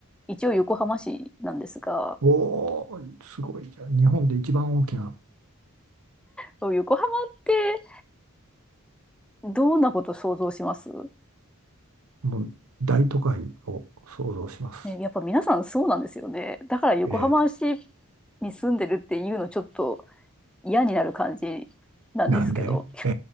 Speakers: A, in the centre; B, on the right.
A: 一応横浜市なんですが、
B: おお、すごいじゃあ日本で一番大きな、
A: そう、横浜ってどんなこと想像します
B: もう大都会を想像します。
A: ね、やっぱ皆さんそうなんですよね。だから横浜市
B: え
A: に住んでるっていうのちょっと嫌になる感じなんですけど。
B: え、なんでえ